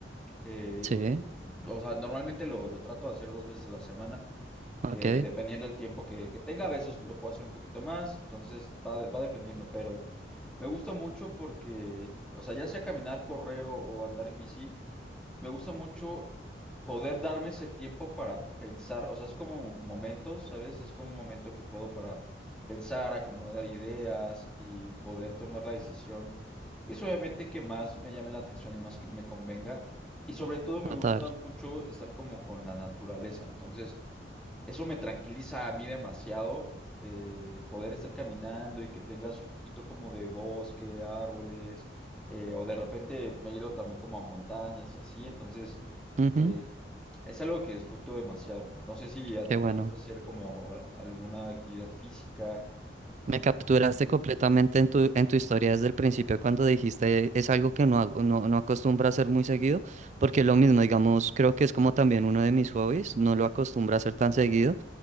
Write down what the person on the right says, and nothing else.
sí,
ok,
total,
ujú,
qué
bueno.
Me capturaste completamente en tu, en tu historia desde el principio cuando dijiste es algo que no hago, no, no acostumbro a hacer muy seguido, porque lo mismo, digamos, creo que es como también uno de mis hobbies, no lo acostumbro a hacer tan seguido,